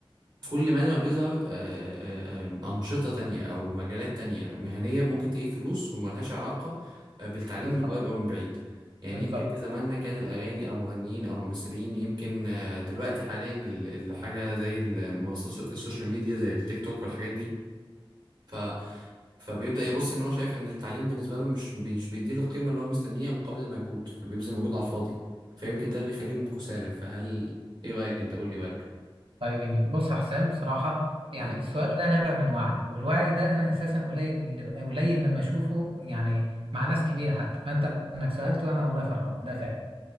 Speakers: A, on the right; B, on the right.
A: كل ما ده بيظهر آه، آه، آه، أنشطة تانية أو مجالات تانية مهنية ممكن تجيب فلوس وملهاش علاقة آه، بالتعليم
B: بالظبط
A: من قريب أو من بعيد يعني
B: بالظبط
A: يمكن في زماننا كان الأغاني أو المغنيين أو الممثلين يمكن آه، دنوقتي حاليا ال- الحاجة زي المنصات السو- السوشيال ميديا زي التيك توك والحاجات دي ف فبيبدأ يبص ان هو شايف ان التعليم بالنسبة له مش بي- مش بيديله القيمة اللي هو مستنيها مقابل المجهود فبيبذل مجهود على الفاضي فيمكن ده اللي بيخليهم كسالى فهل ايه رأيك انت قول لي رأيك
B: طيب جميل بص يا حسام بصراحة يعني
A: امم
B: السؤال ده نابع من وعي والوعي ده أنا أساسا قليل اللي قليل لما أشوفه يعني مع ناس كبيرة حتى فأنت إنك سألته أنا والله فرحان ده فعلا